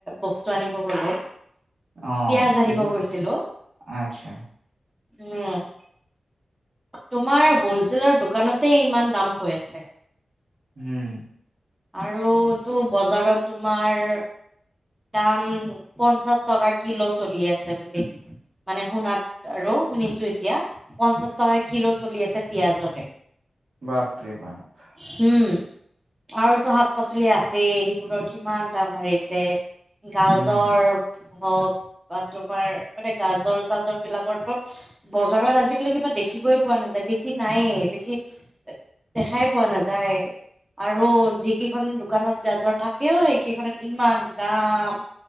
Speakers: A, on the right; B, on the right.
A: বস্তু আনিব গলো
B: অ
A: পিয়াজ
B: কি
A: আনিব গৈছিলো
B: পিছে আচ্ছা
A: উম তোমাৰ হলচেলাৰ দোকানতে ইমান দাম কৈ আছে
B: উম
A: আৰু তো বজাৰত তোমাৰ দাম পঞ্চাশ টকা কিলো চলি আছে বুলি মানে শুনাত আৰু শুনিছো এতিয়া পঞ্চাশ টই কিলো চলি আছে পিয়াজতে
B: বাপ ৰে বাপ
A: উম আৰুতো শাক পাচলি আছেই সেইবোৰৰ কিমান দাম বাঢ়িছে গাজৰ
B: উম
A: হওক বা তোমাৰ মানে গাজৰ চাজৰ বিলাকৰতো বজাৰত আজিকালি কি দেখিবই পোৱা নাযায় বেছি নায়েই বেছি দেখাই পোৱা না যায় আৰু যিকেইখন দোকানত গাজৰ থাকেও সেইকেইখনত ইমান দাম